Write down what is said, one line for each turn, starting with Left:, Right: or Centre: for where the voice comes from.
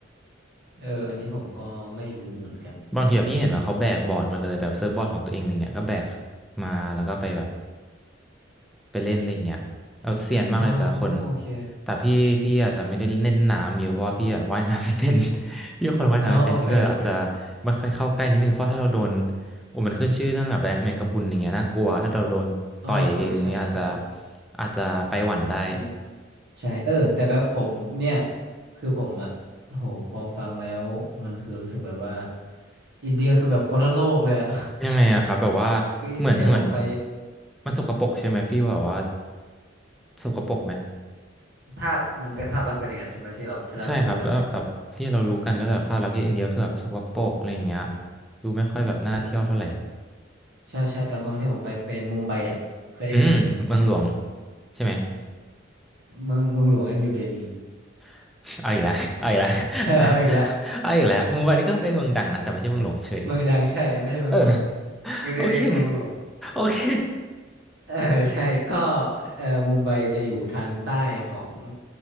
Right: เอออันนี้ผมก็ไม่รู้เหมือนกัน
Centre: บางทีแบบพี่เห็นว่าเขาแบกบอร์ดมาเลยแบบเซิร์ฟบอร์ดของตัวเองอะไรเงี้ยก็แบกมาแล้วก็ไปแบบ ไปเล่นอะไรอย่างเงี้ยเอาเซียนมากเลยแต่ละคน
Right: อ๋อโอเค
Centre: แต่พี่พี่อาจจะไม่ได้เล่นน้ำเยอะเพราะว่าพี่อะว่ายน้ำไม่เป็น <laughs> พี่เป็นคนว่ายน้ำไม่เป็นพี่ก็อาจจะ
Right: อ๋อโอเคโอเค
Centre: ไม่ค่อยเข้าใกล้นิดนึงเพราะถ้าเราโดนโอ้มันขึ้นชื่อเรื่องแบบแมงแมงกะพรุนอย่างเงี้ยน่ากลัวถ้าเราโดนต่อยทีนึงเนี่ยอาจจะ
Right: อ๋อเออใช่ใช่
Centre: อาจจะไปหวั่นได้
Right: มี ใช่เออแต่แบบผมเนี่ยคือผมอะโหพอฟังแล้วมันคือรู้สึกแบบว่าอินเดียคือแบบคนละโลกเลยอะ
Centre: ยังไงอะครับแบบว่า
Right: <laughs> คืออินเดียผมไป
Centre: เหมือนเหมือนมันสกปรกใช่ไหมพี่แบบว่าสกปรกไหม
Right: ภาพมันเป็นภาพลักษณ์เป็นอย่างนั้นใช่ไหมที่เราจะรับรู้กันอะ
Centre: ใช่ครับแล้วแบบที่เรารู้กันก็แบบภาพลักษณ์ที่อินเดียคือแบบสกปรกอะไรอย่างเงี้ยดูไม่ค่อยแบบน่าเที่ยวเท่าไหร่
Right: แต่ใช่ใช่แต่เมืองที่ผมไปเป็นมุมไบอะเคยได้ยินไหม
Centre: อืมเมืองหลวงใช่ไหม
Right: เมืองเมืองหลวงนั่นนิวเดลี
Centre: <laughs> เอาอีกแล้วเอาอีกแล้ว
Right: เออเอาอีกละ
Centre: <laughs> เอาอีกแล้วมุมไบานี่ก็เป็นเมืองดังนะแต่ไม่ใช่เมืองหลวงเฉย
Right: เมืองดังใช่ไม่ใช่เมืองหลวง
Centre: เออ
Right: นิวเดลีคือเมืองหลวง
Centre: โอเคโอเค
Right: <laughs> เออใช่ก็เออมุมไบจะอยู่ทางใต้ของ